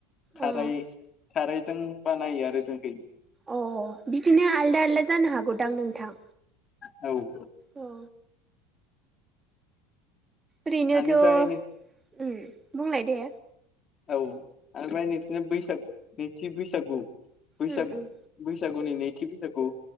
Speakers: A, on the left; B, on the right.
A: थाराय
B: अ
A: थारायजों बानायो आरो जों बे
B: अ बिदिनो आलदा आलदा जानो हागौदां नोंथां।
A: औ
B: औ ओरैनोथ
A: बेनिफ्राय
B: उ बुंलाय दे
A: औ ओमफ्राय नोंसिनि बैसागु नैथि बैसागु बैसागु
B: उम उम
A: बैसागु गुनि नैथि बैसागु